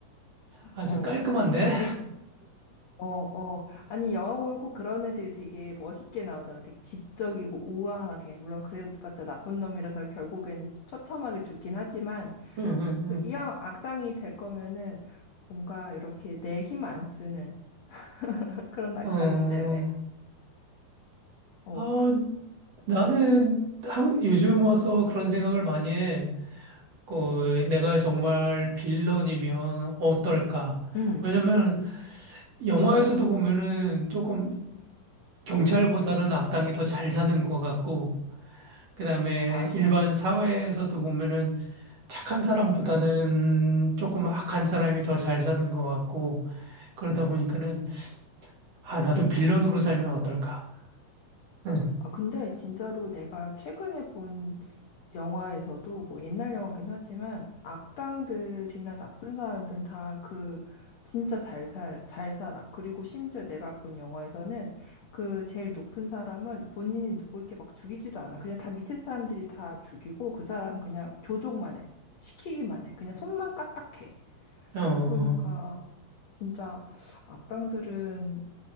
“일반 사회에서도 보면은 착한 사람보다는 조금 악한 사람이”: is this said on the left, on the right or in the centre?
Right